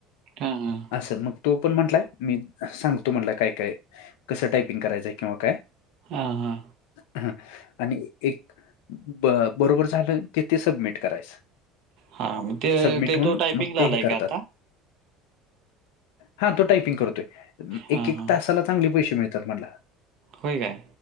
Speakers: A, on the right; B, on the left.
A: हां, हां.
B: असं मग तो पण म्हटलाय मी सांगतो म्हटलाय काय काय कसं टायपिंग करायचंय किंवा काय
A: हा हा
B: ह आणि एक ब बरोबर झालं कि ते सबमिट करायचं.
A: हां, मग ते
B: सबमिट
A: ते
B: हुन
A: तो टायपिंगला
B: मग ते
A: आलाय
B: हे करतात
A: का आता?
B: हा तो टायपिंग करतोय
A: हां,
B: एक एक
A: हां.
B: तासाला चांगले पैसे मिळतात म्हणला.
A: हो काय